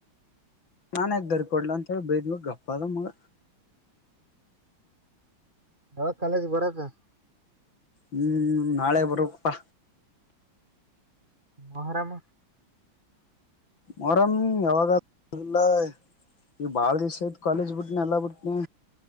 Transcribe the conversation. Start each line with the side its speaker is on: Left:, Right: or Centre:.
Left: ನಾನ್ಯಕ ದರಿಕಡ್ಲ ಅಂತ ಹೇಳಿ ಬೈದ್ವಾಗ ಗಪ್ಪ ಅದ ಮಗ
Right: ಯಾವಾಗ ಕಾಲೇಜ್ ಬರದು
Left: ಹ್ಮ್ ನಾಳೆ ಬರಪ್ಪಾ
Right: ಮಹರಾಮ
Left: ಮೊರಂ ಯಾವಾಗಲ್ಲ ಈಗ ಬಾಳ ದಿವ್ ಐತ್ ಕಾಲೇಜ್ ಬಿಟ್ನಿ ಎಲ್ಲಾ ಬಿಟ್ನಿ